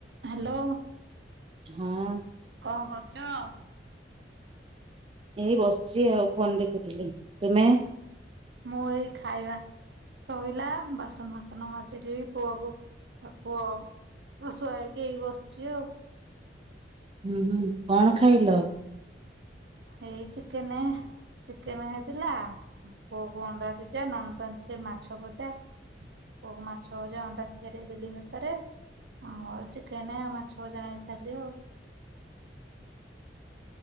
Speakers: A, on the right; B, on the right.
A: Hello.
B: ହଁ
A: କଣ କରୁଛ।
B: ଏଇ ବସିଛି ଆଉ ଫୋନ ଦେଖୁଥିଲି ତୁମେ।
A: ମୁଁ ଏଇ ଖାଇବା ଶୋଇଲା ବାସନ ଫାସନ ମାଜିଲି ପୁଅକୁ ପୁଅ ଶୁଆ ହେଇକି ହେଇ ବସିଛି ଆଉ।
B: ହୁଁ ହୁଁ କଣ ଖାଇଲ।
A: ଏଇ ଚିକେନ ଚିକେନ ଖାଇଥିଲା ପୁଅକୁ ଅଣ୍ଡା ସିଝା ନଣନ୍ଦ ଆଣିଥିଲେ ମାଛ ଭଜା ପୁଅକୁ ମାଛ ଭଜା ଅଣ୍ଡା ସିଝା ଦେଇଦେଲି ଭାତରେ ଆଉ ଚିକେନ ମାଛ ଭଜା ନଗେଇ ଖାଇଲି ଆଉ।